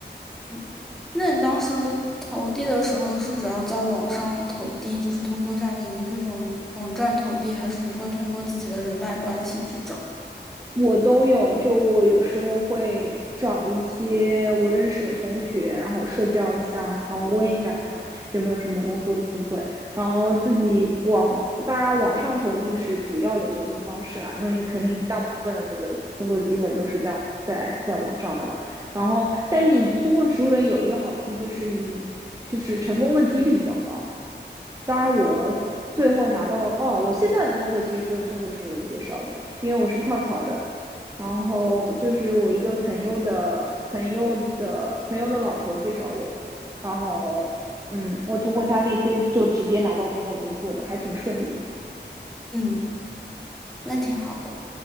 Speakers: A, in the centre; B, on the right.
A: 嗯那你当时投递的时候是主要在网上投递，就是通过像领英这种网站投递，还是你会通过自己的人脉关系去找？
B: 我都有，就我有时候会找一些我认识的同学，然后社交一下，然后问一下他们有没有什么工作机会，然后自己网，当然网上投递是主要的投递方式啦，因为你肯定大部分的那个工作机会都是在在在网上的嘛。然后，但你通过熟人有一个好处就是你就是成功的几率比较高。当然，我最后拿到，哦，我现在的工作其实就是通过熟人介绍的，因为我是跳槽的。然后就是我一个朋友的朋友的朋友的老婆介绍我的，然后嗯，我通过他内推就直接拿到这份工作的，还挺顺利的。
A: 嗯，那挺好的。